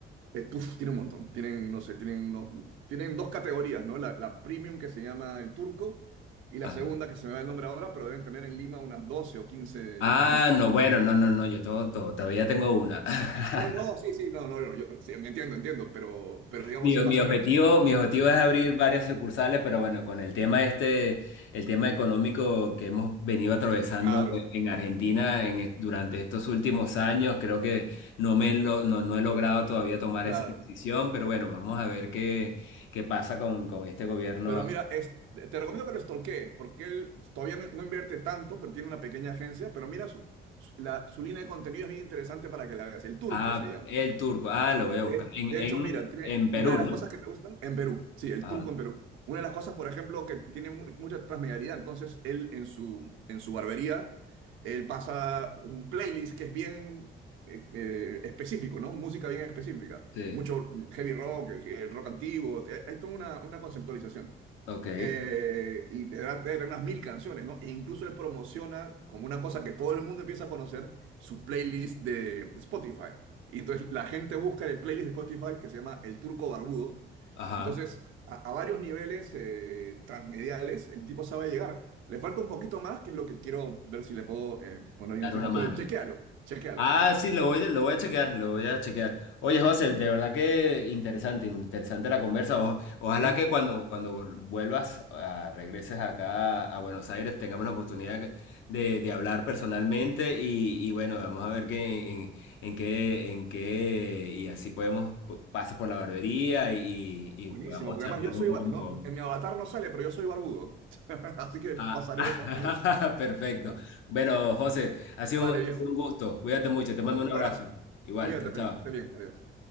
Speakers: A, on the right; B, on the left.
A: eh, puf, tienen un montón. Tienen, no sé, tienen unos, tienen dos categorías, ¿no? La, la premium que se llama el turco y la
B: Ajá.
A: segunda que se me va el nombre ahora, pero deben tener en Lima unas 12 o 15
B: Ah,
A: unos
B: no, bueno, no, no, no. Yo todo, todo- todavía tengo una. <laughs>
A: no, no, no, sí, sí, no, no, yo, yo- sí, me entiendo, entiendo, pero, pero digamos
B: Mi,
A: es
B: mi
A: más
B: objetivo,
A: o menos
B: mi objetivo es abrir varias sucursales, pero bueno, con el tema este, el tema económico que hemos venido atravesando
A: claro.
B: en Argentina en, est- durante estos últimos años, creo que no me lo- no, no he logrado todavía tomar
A: Claro.
B: esa decisión, pero bueno, vamos a ver qué, qué pasa con, con este gobierno.
A: Pero mira, es, te recomiendo que lo stalkees, porque él todavía no, no invierte tanto, pero tiene una pequeña agencia, pero mira su, su- la, su línea de contenido es bien interesante para que la veas. El Turco
B: Ah,
A: se llama.
B: el turco, ah, lo voy
A: De,
B: a buscar. En,
A: de
B: en,
A: hecho, mira, tiene,
B: en Perú,
A: una de
B: ¿no?
A: las cosas que me gustan en Perú, sí, el
B: Ajá,
A: Turco en Perú. Una de las cosas, por ejemplo, que tiene mu- mucha transmedialidad, entonces él en su, en su barbería, él pasa un playlist que es bien eh, eh, específico, ¿no? Música bien específica.
B: sí,
A: Mucho mm, heavy rock, eh, rock antiguo, hay hay toda una una conceptualización.
B: ok,
A: Eh, y tendrá tener unas mil canciones, ¿no? E incluso le promociona como una cosa que todo el mundo empieza a conocer, su playlist de, de Spotify. Y entonces la gente busca en el playlist de Spotify que se llama El Turco Barbudo.
B: ajá,
A: Entonces, a, a varios niveles eh, transmediales, el tipo sabe llegar. Le falta un poquito más, que es lo que quiero ver si le puedo eh, poner
B: dar
A: yo encima,
B: una mano.
A: pero chequéalo, chequéalo.
B: Ah, sí, lo voy, lo voy a chequear, lo voy a chequear. Oye, José, de verdad que interesante, interesante la conversa. O- ojalá
A: Sí,
B: que cuando, cuando vuelvas, a- regreses acá a Buenos Aires, tengamos la oportunidad de, de hablar personalmente y, y bueno, vamos a ver qué, en, en qué, en qué, y así podemos, pu- pasas por la barbería y, y
A: buenísimo,
B: podamos
A: porque
B: charlar
A: además yo soy,
B: un poco
A: ba-
B: mejor.
A: no, en mi avatar no sale, pero yo soy barbudo. <laughs> Así que pasaré
B: Ah, <laughs>
A: de todas maneras.
B: perfecto.
A: ¿no?
B: Bueno, José, ha sido
A: Vale,
B: un, ha
A: viejo.
B: sido un gusto. Cuídate mucho, te
A: Te
B: mando
A: mando
B: un
A: un
B: abrazo.
A: abrazo.
B: Igual,
A: Cuídate,
B: chao, chao.
A: Felipe, que estés bien. Adiós.